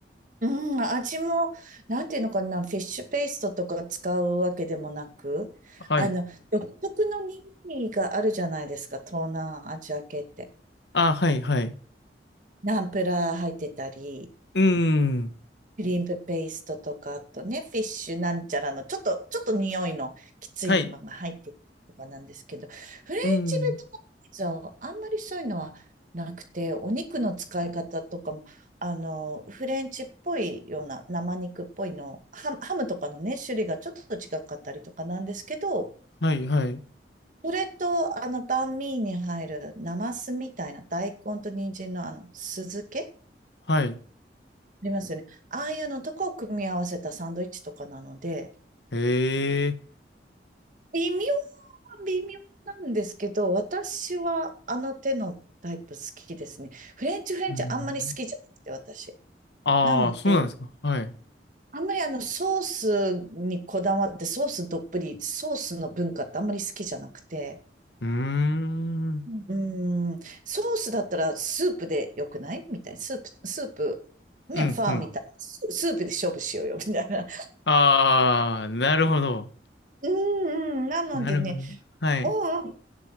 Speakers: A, on the right; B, on the left.
A: うん、味も、なんていうのかな、フィッシュペーストとか使うわけでもなく、
B: はい。
A: あの、独特のミニがあるじゃないですか、東南アジア系って。
B: あ、はい、はい。
A: ナンプラー入ってたり、
B: うん、
A: クリームペーストとか、あとね、フィッシュなんちゃらの、ちょっと、ちょっと匂いのきついものが入ってるとかなんですけど、
B: はい。
A: フレンチベトナムピザはあんまりそういうのはなくて、
B: うん、
A: お肉の使い方とかも、あの、フレンチっぽいような、生肉っぽいの、ハ、ハムとかのね、種類がちょっと違かったりとかなんですけど、
B: はい、はい、
A: それと、あの、バンミーに入る、ナマスみたいな大根と人参のあの、酢漬け
B: はい。
A: ありますよね。ああいうのとかを組み合わせたサンドイッチとかなので、
B: へえ、
A: 微妙は微妙なんですけど、私はあの手のタイプ好きですね。フレンチフレンチあんまり好きじゃなくて、
B: うん。
A: 私。
B: ああ、
A: なので、
B: そうなんですか。はい。う
A: あんまりあのソースにこだわって、ソースどっぷり、ソースの文化ってあんまり好きじゃなくて、
B: ーん、う
A: うーん、ソースだったらスープでよくないみたいな。スープ、スープ、ね、
B: ん、
A: ファーみたいな。
B: うん。
A: ススープで勝負しようよ、みたいな。
B: ああ、なるほど。
A: <laughs> うんうん。なのでね、
B: なるほど。はい。
A: ああ、んん